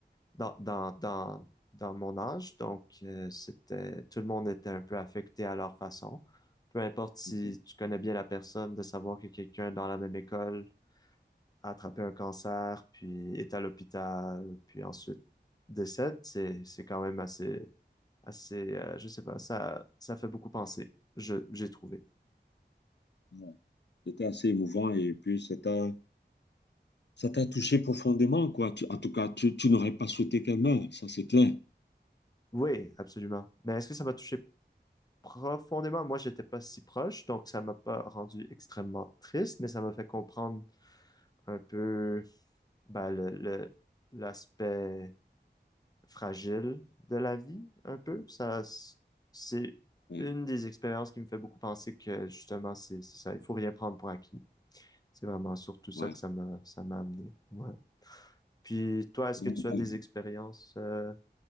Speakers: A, on the left (about 20°); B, on the left (about 75°).
A: dans, dans, dans, dans mon âge, donc euh, c'était, tout le monde était un peu affecté à leur façon. Peu importe si
B: Ok,
A: tu connais bien la personne, de savoir que quelqu'un dans la même école a attrapé un cancer, puis est à l'hôpital, puis ensuite décède, c'est c'est quand même assez assez euh, je sais pas, ça ça fait beaucoup penser, je j'ai trouvé.
B: ouais. C'était assez émouvant et puis ça t'a ça t'a touché profondément, quoi. Tu- en tout cas, tu, tu n'aurais pas souhaité qu'elle meure, ça c'est clair.
A: Oui, absolument. Mais est-ce que ça m'a touché profondément? Moi, j'étais pas si proche, donc ça m'a pas rendu extrêmement triste, mais ça m'a fait comprendre un peu ben, le le- l'aspect fragile de la vie, un peu. Ça, s- c'est
B: Ouais,
A: une des expériences qui me fait beaucoup penser que justement, c'est c'est ça, il faut rien prendre pour acquis. C'est vraiment surtout ça
B: ouais.
A: que ça m'a ça m'a amené. Ouais. Puis toi, est-ce
B: Ouais,
A: que tu as
B: ouais.
A: des expériences, euh,